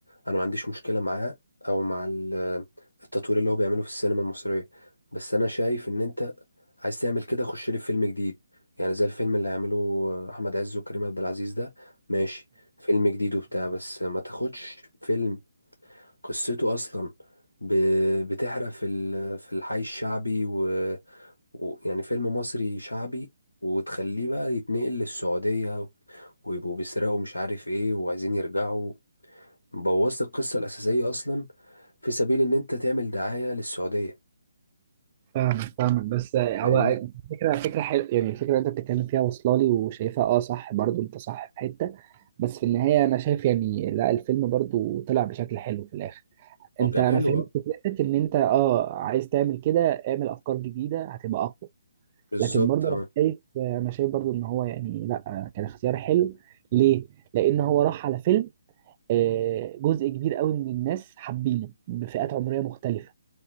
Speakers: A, on the left; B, on the right.
A: انا ما عنديش مشكله معاه او مع ال- التطوير اللي هو بيعمله في السينما المصريه بس انا شايف ان انت عايز تعمل كده خش لي في فيلم جديد يعني زي الفيلم اللي هيعمله احمد عز وكريم عبد العزيز ده ماشي فيلم جديد وبتاع بس ما تاخدش فيلم قصته اصلا ب- بتحرق في ال- في الحي الشعبي ويعني و... و- يعني فيلم مصري شعبي وتخليه بقى يتنقل للسعوديه ويبقوا بيسرقوا مش عارف ايه وعايزين يرجعوا بوظت القصة الأساسية أصلا في سبيل إن أنت تعمل دعاية للسعودية
B: فاهمك فاهمك بس هو
A: فاهمني؟
B: فكرة فكرة حلوة يعني الفكرة اللي انت بتتكلم فيها واصلة لي وشايفها اه صح برضو انت صح في حتة بس في النهاية انا شايف يعني لا الفيلم برضو طلع بشكل حلو في الاخر
A: هو
B: انت
A: كان
B: انا
A: حلو
B: فهمت
A: أه
B: فكرتك ان انت اه عايز تعمل كده اعمل افكار جديدة هتبقى اقوى
A: بالظبط
B: لكن برضو
A: أه
B: انا شايف انا شايف برضو ان هو يعني لا كان اختيار حلو ليه؟ لان هو راح على فيلم آه، جزء كبير قوي من الناس حابينه بفئات عمرية مختلفة